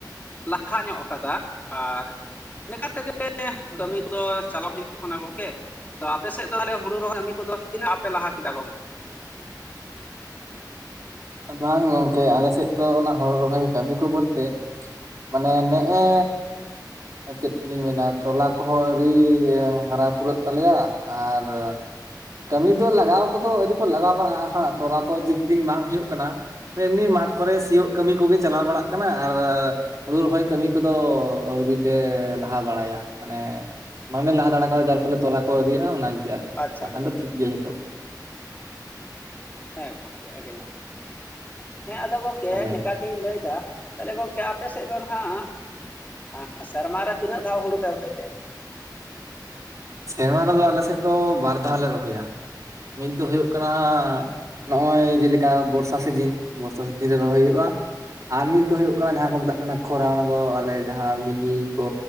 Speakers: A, on the left; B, on the right.
A: ᱞᱟᱦᱟ ᱧᱚᱸᱜ ᱠᱟᱫᱟ ᱟᱨ ᱱᱤᱠᱟ ᱛᱮᱜᱮ
B: ᱦᱮᱸᱥᱮ
A: ᱠᱟᱹᱢᱤ ᱠᱚᱫᱚ ᱪᱟᱞᱟᱣ ᱦᱩᱭᱩᱜ ᱠᱟᱱᱟ ᱜᱚᱝᱠᱮ ᱛᱚ ᱟᱯᱮ ᱥᱮᱫ ᱫᱚ ᱢᱟᱱᱮ ᱦᱩᱲᱩ ᱨᱚᱦᱚᱭ ᱠᱟᱹᱢᱤ ᱠᱚᱫᱚ ᱛᱤᱱᱟᱹᱜ ᱟᱯᱮ ᱞᱟᱦᱟ ᱠᱮᱫᱟ ᱜᱚᱝ
B: ᱵᱟᱝ ᱜᱚᱝᱠᱮ ᱟᱞᱮ ᱥᱮᱫ ᱫᱚ ᱚᱱᱟ ᱦᱳᱲᱳ ᱨᱚᱦᱚᱭ ᱠᱟᱹᱢᱤ ᱠᱚ ᱵᱳᱞᱛᱮ ᱢᱟᱱᱮ ᱱᱮᱜᱼᱮᱻ ᱪᱮᱫ ᱞᱤᱧ ᱢᱮᱱᱟ ᱛᱚᱞᱟ ᱠᱚᱦᱚᱸ ᱟᱹᱣᱨᱤ ᱦᱟᱨᱟ ᱯᱩᱨᱟᱹᱜ ᱛᱟᱞᱮᱭᱟ ᱟᱨ ᱠᱟᱹᱢᱤ ᱫᱚ ᱞᱟᱜᱟᱣ ᱠᱚᱫᱚ ᱟᱹᱣᱨᱤ ᱠᱚ ᱞᱟᱜᱟᱣ ᱵᱟᱲᱟᱜᱼᱟ ᱦᱟᱸᱜ ᱛᱚ ᱚᱱᱟᱠᱚ ᱡᱮᱫ ᱫᱤᱱ ᱵᱟᱝ ᱦᱩᱭᱩᱜ ᱠᱟᱱᱟ, ᱮᱢᱱᱤ ᱢᱟᱴᱷ ᱠᱚᱨᱮ ᱥᱤᱭᱳᱜ ᱠᱟᱹᱢᱤ ᱠᱚᱜᱮ ᱪᱟᱞᱟᱣ ᱵᱟᱲᱟᱜ ᱠᱟᱱᱟ ᱟᱨ ᱦᱩᱲᱩ ᱨᱚᱦᱚᱭ ᱠᱟᱹᱢᱤ ᱠᱚᱫᱚ ᱟᱹᱣᱨᱤ ᱞᱮ ᱞᱟᱦᱟ ᱵᱟᱲᱟᱭᱟ ᱢᱟᱱᱮ ᱵᱟᱝ ᱞᱮ ᱞᱟᱦᱟ ᱫᱟᱲᱮ ᱠᱟᱣᱫᱟ ᱟᱨ ᱯᱷᱚᱞᱮ ᱛᱚᱞᱟ ᱠᱚ ᱟᱹᱣᱮᱤᱭᱟᱜᱼᱟ ᱚᱱᱟᱜᱮ ᱟᱨᱠᱤ
A: ᱟᱪᱪᱷᱟ
B: ᱵᱟᱠᱷᱟᱱ
A: ᱜᱚᱝᱠᱮ
B: ᱫᱚ ᱴᱷᱤᱠ ᱜᱮᱭᱟ ᱡᱚᱛᱚ᱾
A: ᱦᱮᱸ ᱜᱚᱝᱠᱮ ᱟᱹᱰᱤ ᱱᱟᱯᱟᱭ, ᱦᱮᱸ ᱟᱫᱚ ᱜᱚᱝᱠᱮ
B: ᱨᱚᱦᱚᱭ
A: ᱱᱮᱠᱟ ᱤᱧ ᱞᱟᱹᱭᱫᱟ ᱛᱟᱦᱚᱞᱮ ᱜᱚᱝᱠᱮ ᱟᱯᱮ ᱥᱮᱫ ᱫᱚᱱ ᱦᱟᱸᱜ ᱟᱸ ᱥᱮᱨᱢᱟ ᱨᱮ ᱛᱤᱱᱟᱹᱜ ᱫᱷᱟᱣ ᱦᱩᱲᱩ ᱯᱮ ᱨᱦᱚᱭ ᱛᱮ?
B: ᱥᱮᱨᱢᱟ ᱨᱮᱫᱚ ᱟᱞᱮ ᱥᱮᱫ ᱫᱚ ᱵᱟᱨ ᱫᱷᱟᱣ ᱞᱮ ᱨᱚᱦᱚᱭᱟ, ᱢᱤᱫ ᱫᱚ ᱦᱩᱭᱩᱜ ᱠᱟᱱᱟ ᱱᱚᱜᱼᱚᱭ ᱡᱮᱞᱮᱠᱟ ᱵᱚᱨᱥᱟ ᱥᱤᱡᱤᱱ ᱵᱚᱨᱥᱟ ᱥᱤᱡᱤᱱ ᱨᱮ ᱨᱚᱦᱚᱭ ᱦᱩᱭᱩᱜᱼᱟ᱾ ᱟᱨ ᱢᱤᱫ ᱫᱚ ᱦᱩᱭᱩᱜ ᱠᱟᱱᱟ ᱡᱟᱦᱟᱸ ᱠᱚ ᱢᱮᱛᱟᱜ ᱠᱟᱱᱟ ᱠᱷᱚᱨᱟ ᱚᱱᱟ ᱫᱚ ᱟᱞᱮ ᱡᱟᱦᱟᱸ ᱵᱤᱱᱤ ᱠᱚ